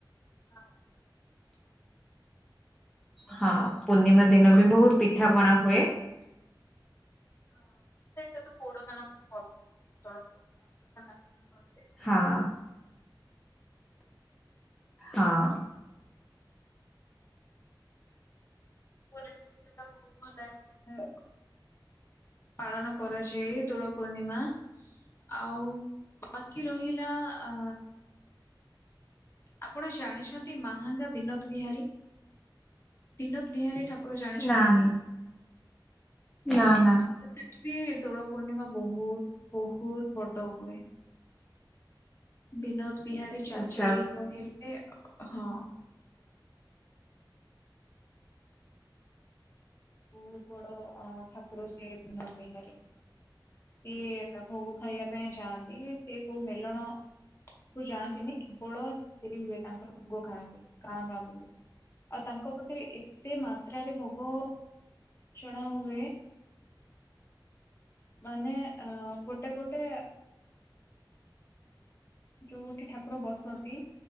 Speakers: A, on the left; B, in the centre.
A: ହଁ।
B: ହଁ ପୂର୍ଣ୍ଣିମା ଦିନ ବି ବହୁତ ପିଠା ପଣା ହୁଏ।
A: ହଁ ସେଇଟା ତ ଗଉଡ଼ ମାନଙ୍କର ପର୍ବ ଦୋଳ ପୂର୍ଣ୍ଣିମା ତ ସେମାନେ ହିଁ ଭଲ
B: ହଁ ହଁ।
A: ପୁରୀ ରେ ବି ସେଟା ବହୁତ ଭଲ ଏ ପାଳନ କରାଯାଏ ଦୋଳ ପୂର୍ଣ୍ଣିମା। ଆଉ ବାକି ରହିଲା ଆ ଆପଣ ଜାଣିଛନ୍ତି ମାହାଙ୍ଗା ବିନୋଦ ବିହାରୀ ବିନୋଦ ବିହାରୀ ଠାକୁର ଜାଣିଛନ୍ତି
B: ନାନ୍
A: କି?
B: ନା ନା
A: ତ ସେଠି ବି ଦୋଳ ପୂର୍ଣ୍ଣିମା ବହୁତ ବହୁତ ବଡ ହୁଏ। ବିନୋଦ ବିହାରୀ ଚାଚରୀ
B: ଆଚ୍ଛା
A: କହିଲେ ଏ ହଁ। ବହୁତ ବଡ ଆଁ ଠାକୁର ସିଏ ବିନୋଦ ବିହାରୀ। ସିଏ ଭୋଗ ଖାଇବା ପାଇଁ ଯାଆନ୍ତି ସିଏ କୋଉ ମେଲଣ କୁ ଯାଆନ୍ତିନି କେବଳ <inaudible> ହୁଏ ତାଙ୍କର ଭୋଗ ଖାଆନ୍ତି ଗାଁ ଗାଁ ବୁଲି। ଆଉ ତାଙ୍କ ପାଖରେ ଏତେ ମାତ୍ରାରେ ଭୋଗ ଚଢା ହୁଏ ମାନେ ଅ ଗୋଟେ ଗୋଟେ ଯୋଉଠି ଠାକୁର ବସନ୍ତି।